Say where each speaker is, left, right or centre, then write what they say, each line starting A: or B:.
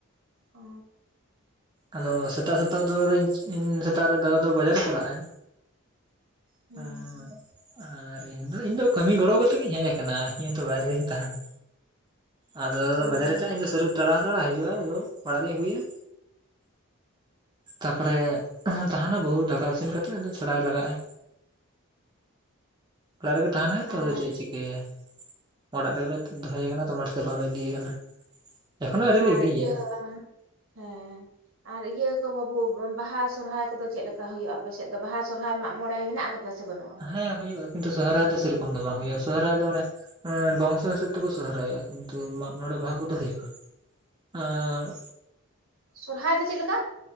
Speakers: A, on the right; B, on the right.
A: ᱚ᱾
B: ᱟᱫᱚ ᱥᱮᱛᱟᱜ ᱥᱮᱛᱟᱜ ᱟᱫᱚ ᱤᱧ ᱤᱧ ᱥᱮᱛᱟᱜ ᱨᱮ ᱫᱟᱫᱟ ᱫᱚ ᱵᱟᱡᱟᱨᱮ ᱪᱟᱞᱟᱜᱼᱟ᱾
A: ᱦᱩᱸ
B: ᱩᱸ ᱟᱨ ᱤᱧ ᱫᱚ ᱤᱧ ᱫᱚ ᱠᱟᱹᱢᱤ ᱜᱚᱲᱚ ᱠᱟᱛᱮᱜᱤᱧ ᱦᱮᱡ ᱟᱠᱟᱱᱟ, ᱤᱧ ᱦᱚᱸ ᱛᱚ ᱵᱟᱭᱨᱮ ᱨᱤᱧ ᱛᱟᱦᱮᱱᱟ᱾ ᱟᱨ ᱫᱟᱫᱟ
A: ᱚ
B: ᱫᱚ ᱵᱟᱡᱟᱨᱮ ᱪᱟᱜ-ᱟ, ᱤᱧ ᱫᱚ ᱥᱟᱹᱨᱩ ᱛᱟᱲᱟᱣ ᱦᱟᱛᱟᱲᱟ, ᱦᱤᱡᱩᱜᱼᱟᱭ, ᱟᱫᱚ ᱚᱲᱟᱜᱞᱤᱧ ᱟᱹᱜᱩᱭᱟ᱾ ᱛᱟᱯᱚᱨᱮ, ᱛᱟᱦᱮᱱᱟ ᱵᱟᱹᱦᱩ ᱫᱟᱠᱟ ᱤᱥᱤᱱ ᱠᱟᱛᱮᱫ ᱟᱫᱚ ᱪᱷᱟᱲᱟᱣᱮ ᱞᱟᱜᱟᱜᱼᱟ᱾ ᱚᱲᱟᱜ ᱨᱮᱜᱮ ᱛᱟᱦᱮᱱᱟᱭ
A: ᱟᱨ
B: ᱛᱚ ᱟᱫᱚ ᱪᱮᱫ ᱮ ᱪᱤᱠᱟᱹᱭᱟᱭ, ᱚᱲᱟᱜ ᱨᱮᱜᱮ ᱞᱮ ᱫᱚᱦᱚᱭᱮ ᱟᱠᱟᱱᱟ ᱛᱚ <unintelligible> ᱵᱟᱝᱞᱮ ᱤᱫᱤᱭᱮ ᱠᱟᱱᱟ᱾ ᱮᱠᱷᱚᱱᱳ ᱟᱹᱣᱨᱤ
A: ᱟᱨ
B: ᱞᱮ ᱤᱫᱤᱭᱮᱭᱟ
A: ᱤᱭᱟᱹ ᱦᱮᱸ᱾ ᱟᱨ ᱤᱭᱟᱹ ᱠᱚ ᱵᱟᱹᱵᱩ ᱵᱟᱦᱟ ᱥᱚᱨᱦᱟᱭ ᱠᱚᱫᱚ ᱪᱮᱫ ᱞᱮᱠᱟ ᱦᱩᱭᱩᱜᱼᱟ ᱟᱯᱮᱥᱮᱫ ᱫᱚ ᱵᱟᱦᱟ ᱥᱚᱨᱦᱟᱭ ᱢᱟᱜ ᱢᱚᱬᱮ ᱢᱮᱱᱟᱜ ᱠᱟᱫᱟ ᱥᱮ ᱵᱟᱹᱱᱩᱜᱼᱟ?
B: ᱦᱮᱸ ᱦᱩᱭᱩᱜᱼᱟ ᱠᱤᱱᱛᱩ ᱥᱚᱦᱚᱨᱟᱭ ᱫᱚ ᱥᱮᱨᱚᱠᱚᱢ ᱫᱚ ᱵᱟᱝ ᱦᱩᱭᱩᱜᱼᱟ ᱥᱚᱨᱚᱨᱟᱭ ᱫᱚ ᱢᱟᱱᱮ ᱢᱟᱱᱮ ᱵᱚᱝᱥᱚ ᱦᱤᱥᱟᱹᱵ ᱛᱮᱠᱚ ᱥᱚᱦᱚᱨᱟᱭᱚᱜ-ᱟ ᱠᱤᱱᱛᱩ ᱢᱟᱜ ᱢᱚᱸᱲᱮ ᱵᱟᱦᱟ ᱠᱚᱫᱚ ᱦᱩᱭᱩᱜᱼᱟ᱾ ᱟᱨ
A: ᱥᱚᱨᱦᱟᱭ ᱫᱚ ᱪᱮᱫ ᱞᱮᱠᱟ?